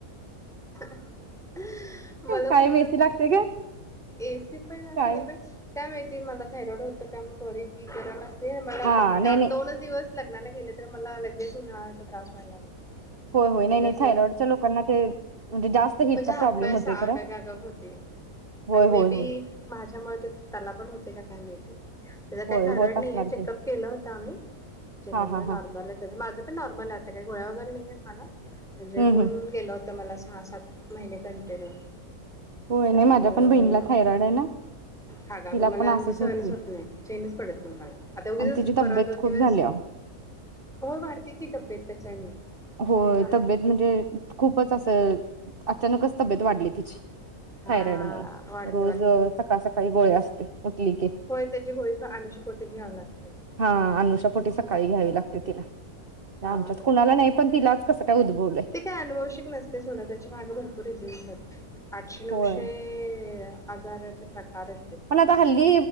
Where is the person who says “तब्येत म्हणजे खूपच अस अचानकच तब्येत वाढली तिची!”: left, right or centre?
Right